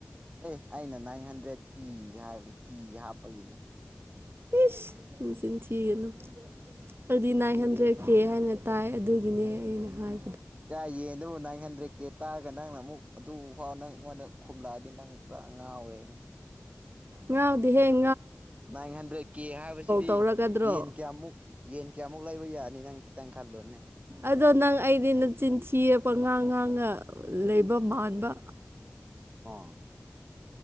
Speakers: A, on the right; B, on the right.
A: ꯑꯦ ꯑꯩꯅ ꯅꯥꯏꯟ ꯍꯟꯗ꯭ꯔꯦꯗ ꯀꯤ ꯍꯥꯏꯕꯅꯦ ꯀꯤ ꯍꯥꯞꯄꯒꯤꯅꯦ
B: ꯏꯁ ꯁꯤ ꯊꯤꯒꯅꯨ ꯑꯗꯨꯗꯤ ꯅꯥꯏꯟ
A: ꯀꯤꯗ
B: ꯍꯟꯗ꯭ꯔꯦꯗ ꯀꯦ ꯍꯥꯏꯅ ꯇꯥꯏ ꯑꯗꯨꯒꯤꯅꯦ ꯑꯩꯅ ꯍꯥꯏ
A: ꯀꯥ ꯌꯦꯟꯗꯨꯕꯨ ꯅꯥꯏꯟ ꯍꯟꯗ꯭ꯔꯦꯗ ꯀꯦ ꯇꯥꯔꯒ ꯅꯪꯅ ꯑꯃꯨꯛ ꯑꯗꯨ ꯐꯥꯎ ꯅꯪ ꯑꯩꯉꯣꯟꯗ ꯈꯨꯝꯂꯛꯑꯗꯤ ꯅꯪ ꯄꯨꯔꯥ ꯉꯥꯎꯔꯦ
B: ꯉꯥꯎꯗꯤ ꯍꯌꯦ
A: ꯅꯥꯏꯟ ꯍꯟꯗ꯭ꯔꯦꯗ ꯀꯦ ꯍꯥꯏꯕꯁꯤꯗꯤ
B: ꯇꯧꯔꯛꯀꯗ꯭ꯔꯣ
A: ꯌꯦꯟ ꯀꯌꯥꯃꯨꯛ ꯌꯦꯟ ꯀꯌꯥꯃꯨꯛ ꯂꯩꯕ ꯌꯥꯅꯤ ꯅꯪ ꯈꯤꯇꯪ ꯈꯜꯂꯣꯅꯦ
B: ꯑꯗꯣ ꯅꯪ ꯑꯩꯗꯤ ꯅ ꯆꯤꯟꯊꯤ ꯑꯄ ꯉꯥꯡ ꯉꯥꯡꯅ ꯂꯩꯕ ꯃꯥꯟꯕ
A: ꯑꯥ